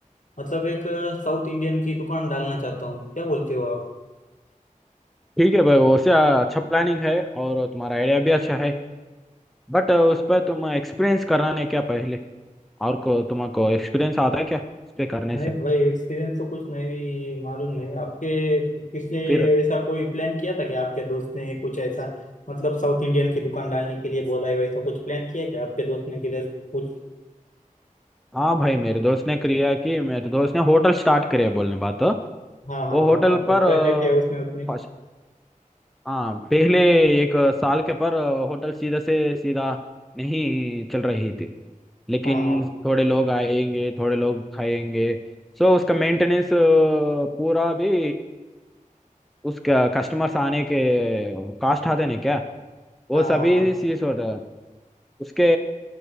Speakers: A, on the left; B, in the centre.
A: मतलब एक साउथ इंडियन की दुकान डालना चाहता हूँ क्या बोलते हो आप
B: ठीक है भाई वैसे अच्छा प्लानिंग है और तुम्हारा आइडिया भी अच्छा है बट उस पर तुम एक्सपीरियंस कराने क्या पहले और को तुमको एक्सपीरियंस आता है क्या उस पे करने
A: नहीं
B: से
A: भाई एक्सपीरियंस तो कुछ नहीं मालूम नहीं आपके किसने
B: फिर
A: ऐसा कोई प्लान किया था कि आपके दोस्त ने कुछ ऐसा मतलब साउथ इंडियन की दुकान डालने के लिए बोला है वैसा कुछ प्लान किया है क्या आपके दोस्त ने किधर कुछ
B: हाँ भाई मेरे दोस्त ने किया कि मेरे दोस्त ने होटल स्टार्ट करे बोलने बात वो
A: हाँ हाँ हाँ
B: होटल
A: मतलब
B: पर अ,
A: क्या क्या किया उसने उसने
B: फर्स्ट हाँ पहले एक साल के पर अ, होटल सीधा से सीधा नहीं चल रही थी लेकिन
A: हाँ हाँ
B: थोड़े लोग आएंगे थोड़े लोग खाएंगे सो उसका मेंटेनेंस पूरा भी उसका कस्टमर्स आने के कास्ट आते नहीं क्या वो
A: हाँ
B: सभी
A: हाँ हाँ हाँ।
B: चीज होता है उसके